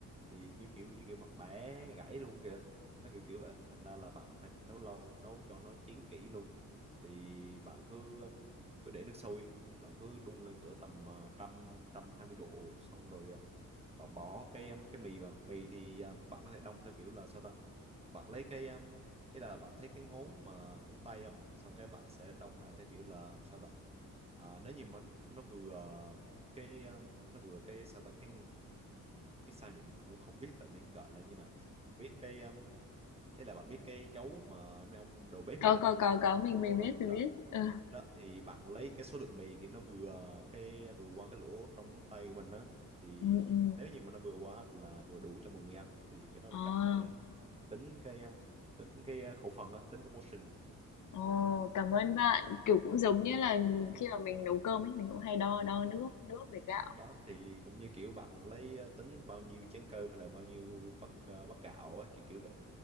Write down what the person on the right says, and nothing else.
thì như kiểu như kiểu bạn bé gãy luôn kìa nó kiểu kiểu vậy thành ra là bạn phải nấu lâu nấu cho nó chín kỹ luôn thì bạn cứ cứ để nước sôi bạn cứ đun lên cỡ tầm ờ, trăm trăm hai mươi độ xong rồi ờ, bạn bỏ cái ờ, cái mì vào mì thì ờ, bạn có thể đông theo kiểu là sao ta bạn lấy cái ờ, ý là bạn thấy cái ngón mà ngón tay không xong cái bạn sẽ đông lại theo kiểu là sao ta à, nếu như mà nó vừa cái ờ, nó vừa cái sao ta cái cái sao nhỉ mình cũng không biết là nên gọi là như nào không biết cái um, đấy là bạn biết cái dấu mà mấy ông đầu bếp hay
làm
không?
kiểu
mà ngon
lắm á.
đó
đó thì bạn lấy cái số lượng mì kiểu nó vừa cái vừa qua cái lỗ trong ngón tay của mình á thì
nếu như mà nó vừa quá là vừa đủ cho một người ăn thì cái đó
là cách để um, tính cái uh, tính cái uh, khẩu phần á tính cái portion
đó thì cũng như kiểu bạn lấy uh, tính bao nhiêu chén cơm hay là bao nhiêu bát uh, bát gạo ấy kiểu kiểu vậy